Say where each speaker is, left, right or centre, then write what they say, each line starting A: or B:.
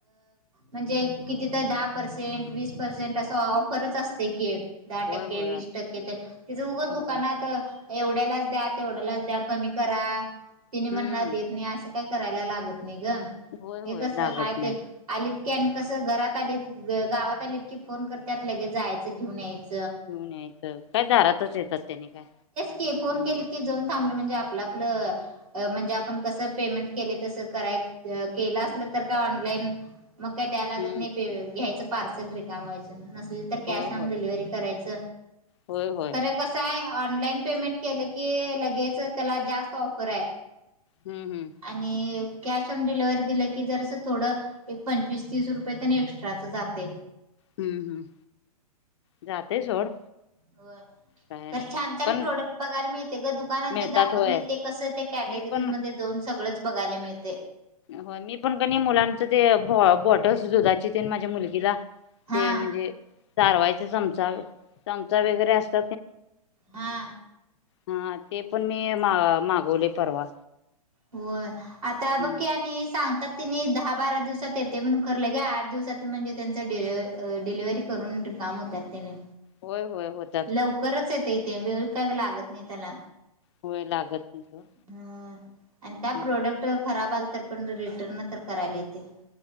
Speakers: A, on the right; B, on the left.
A: म्हणजे किती दहा पर्सेंट वीस पर्सेंट अस ऑफ. खरंच असते की दहा
B: होय
A: टक्के
B: होय
A: वीस
B: असं-
A: टक्के तर तिथं उघच दुकानात
B: होय
A: एवढ्यालाच द्या तेवढ्यालाच द्या कमी करा तिने म्हणणार
B: हम्म
A: देत नाही असं. काय करायला लागत नाही ग
B: होय होय
A: हे कस
B: लागत
A: हाय
B: नाही
A: ते. आलीत की आणि कसं घरात आलीत गावात आलीत की फोन करतात लगेच जायचं घेऊन यायचं.
B: घेऊन यायचं काय दारातच येतात त्यानि काय.
A: ते फोन केल की जाऊन थांबलं म्हणजे आपलं आपलं. म्हणजे आपण कसं पेमेंट केलंय तसं करायच केलं असलं तर काय ऑनलाईन. मग काय द्याय लागत
B: हम्म
A: नाही प घ्यायचं पार्सल रिकाम व्हायच नसली. तर कॅश
B: होय होय
A: ऑन डिलिव्हरी करायच
B: होय होय
A: ख कस. काय ऑनलाईन पेमेंट केलं की लगेच त्याला जास्त ऑफर आहे.
B: हम्म हम्
A: आणि कॅश ऑन डिलिव्हरी दिलं की जर अस थोडं. एक पंचवीस तीस रुपये त्यांनी एक्स्ट्राच जाते.
B: हम्म हम्म जातय सोड.
A: हो
B: बाहेर
A: तर छान छान
B: पण
A: प्रोडक्ट बघायला मिळते ग दुकानात
B: मिळतात
A: जे दाखवत
B: होय
A: नाही ते कसं ते कॅ कॅटगरी
B: मी पण
A: मध्ये जाऊन सगळंच बघायला मिळते.
B: होय मी पण कणी मुलांचं ते बॉटल दुधाचे तेन माझ्या मुलगीला.
A: हा
B: ते म्हणजे चारवायचा चमचा चमचा वगैरे असत.
A: हा
B: हा ते पण मी मा मागवले परवा
A: हो आता
B: हम्म
A: बघकीी आणि सांगतात. तिनी दहा बारा दिवसात येते म्हणून खरलं लगेच आठ दिवसात म्हणजे त्यांचं डिले डिलिव्ही करून रिकाम होतत. कातने
B: होय होय होत.
A: लवकरच येत इथे वेळ काय लागत नाही त्याला
B: होय लागत नाही सोड
A: हम आणि काय
B: हम्म
A: प्रोडक्ट खराब आल तर पण रिटर्न तर करायला येते.